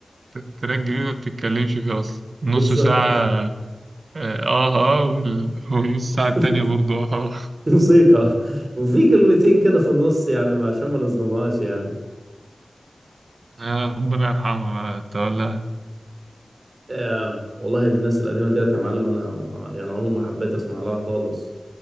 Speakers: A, on the right (about 65°); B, on the right (about 45°).
A: ت- تراك جديد ما بتتكلمش فيه أصلا نص
B: بالظبط
A: ساعة آه آه آه، وال- والنص
B: <laughs>
A: ساعة التانية برضه آه آه.
B: موسيقى وفي كلمتين كده في النص يعني عشان ما نظلمهاش يعني
A: <laughs> آه، ربنا يرحمها بقى تقول لها
B: آه والله الناس القديمة ديت يا معلم انا يعني عمري ما حبيت اسمع لها خالص